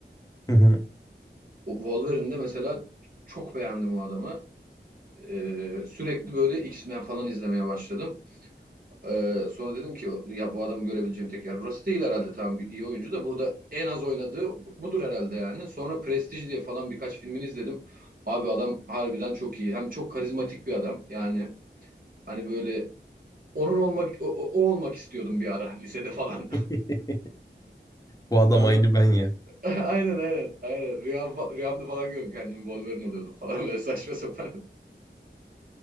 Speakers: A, on the left (about 20°); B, on the right (about 50°).
A: Hı hı.
B: O Wolverine'de mesela çok beğendim o adamı. E, sürekli böyle X-Men falan izlemeye başladım. Ee, sonra dedim ki ya bu adamı görebileceğim tek yer burası değil herhalde tamam iyi oyuncu da burada en az oynadığı budur herhalde yani. Sonra Prestige diye falan birkaç filmini izledim. Abi adam harbiden çok iyi. Hem çok karizmatik bir adam. Yani hani böyle onun olmak o, o- o olmak istiyordum bir ara lisede falan.
A: <laughs>
B: <laughs>
A: Bu adam
B: Sonra
A: aynı ben ya.
B: <laughs> aynen aynen aynen rüyam, fa- rüyamda falan görüyorum kendimi Wolverine oluyordum falan <laughs> böyle saçma sapan.